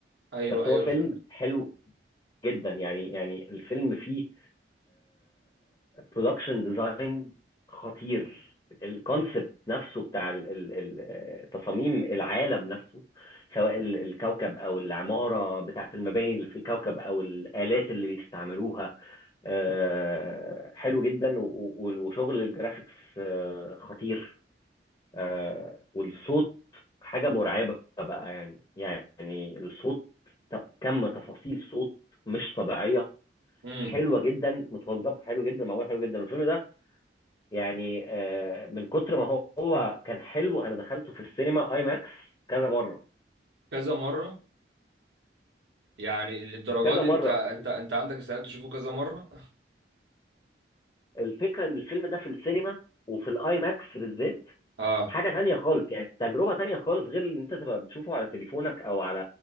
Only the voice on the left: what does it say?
بس
هو فيلم
حلو جدا يعني يعني الفيلم فيه برودكشن ديزاين خطير الكونسبت نفسه بتاع ال- ال- ال- آه، تصاميم العالم نفسه سواء ال- الكوكب او العماره بتاعت المباني اللي في الكوكب او الالات اللي بيستعملوها آه، حلو جدا و- و- وشغل الجرافيكس آه، خطير آه، والصوت حاجه مرعبه بقى يعني يعني الصوت ت- كم تفاصيل صوت مش طبيعيه
حلوه جدا متوظفه حلو جدا معموله حلو جدا الفيلم ده يعني آه، من كتر ما هو هو كان حلو انا دخلته في السينما اي ماكس كذا مره
كذا
مره
الفكره ان الفيلم ده في السينما وفي الاي ماكس بالذات
حاجه تانية خالص يعني تجربه تانية خالص غير ان انت تبقى بتشوفه على تليفونك او على